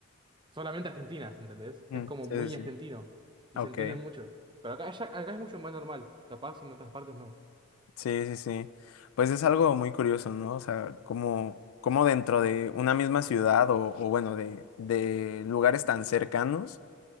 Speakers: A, on the right; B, on the left.
A: solamente argentinas, ¿entendés?
B: Mm,
A: Es como
B: sí,
A: muy
B: sí,
A: argentino
B: sí.
A: y
B: Ok.
A: se entiende mucho. Pero acá, ya- acá es mucho más normal, capaz en otras partes no.
B: Sí, sí, sí. Pues es algo muy curioso, ¿no? O sea, como, como dentro de una misma ciudad o, o bueno, de, de lugares tan cercanos.